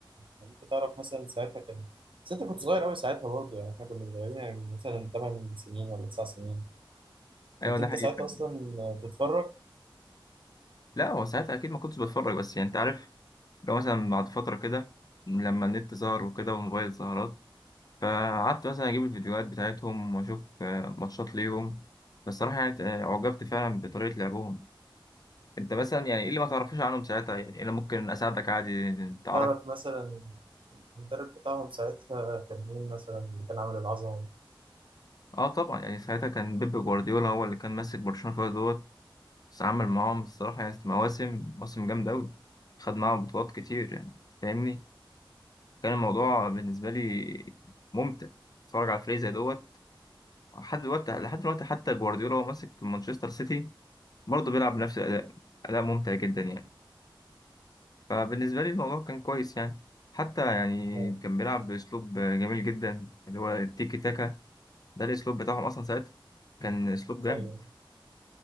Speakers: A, on the right; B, on the left.
A: يعني انت تعرف مثلا ساعتها كان بس انت كنت صغير قوي ساعتها برضه يعني احنا كنا صغيرين يعني مثلا 8 سنين ولا 9 سنين
B: ايوه
A: كنت
B: ده
A: انت
B: حقيقي
A: ساعتها
B: فعلا
A: اصلا تتفرج
B: لا هو ساعتها اكيد ما كنتش بتفرج بس يعني انت عارف لو مثلا بعد فتره كده لما النت ظهر وكده والموبايل ظهرت فقعدت مثلا اجيب الفيديوهات بتاعتهم واشوف آه، ماتشات ليهم فالصراحه يعني آه، اعجبت فعلا بطريقه لعبهم انت مثلا يعني ايه اللي ما تعرفوش عنهم ساعتها يعني انا ممكن اساعدك عادي
A: كنت
B: تعرف
A: تعرف مثلا المدرب بتاعهم ساعتها كان مين مثلا اللي كان عامل العظمه دي؟
B: اه طبعا يعني ساعتها كان بيب جوارديولا هو اللي كان ماسك برشلونة فيها دوت بس عمل معاهم الصراحة يعني مواسم مواسم جامدة أوي خد معاهم بطولات كتير يعني فاهمني كان الموضوع بالنسبة لي ممتع اتفرج على فريق زي دوت لحد دلوقتي لحد دلوقتي حتى جوارديولا هو ماسك مانشستر سيتي برضه بيلعب بنفس الأداء أداء ممتع جدا يعني فبالنسبة لي الموضوع كان كويس يعني حتى يعني
A: اه
B: كان بيلعب بأسلوب جميل جدا اللي هو التيكي تاكا ده الأسلوب بتاعهم أصلا ساعتها كان أسلوب جامد
A: ايوه